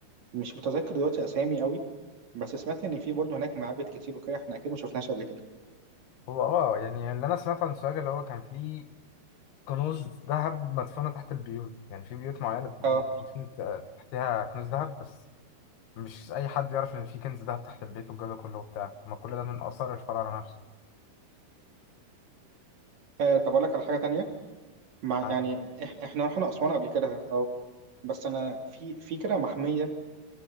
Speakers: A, on the right; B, on the left.
A: مش متذكر دلوقتي أسامي أوي بس سمعت إن في برضو هناك معابد كتير وكده احنا أكيد ما شفناهاش قبل كده
B: هو اه يعني اللي انا سمعته عن سوهاج اللي هو كان فيه كنوز ذهب مدفونة تحت البيوت يعني في بيوت معينة ب-
A: اه
B: مدفون تحتها كنوز ذهب بس مش أي حد يعرف إن في كنز ذهب تحت البيت والجو ده كله وبتاع ما كل ده من آثار الفراعنة نفسه
A: آه، طب أقول لك على حاجة تانية مع
B: عادي.
A: يعني إح- احنا رحنا أسوان قبل كده اه بس انا في في كده محميه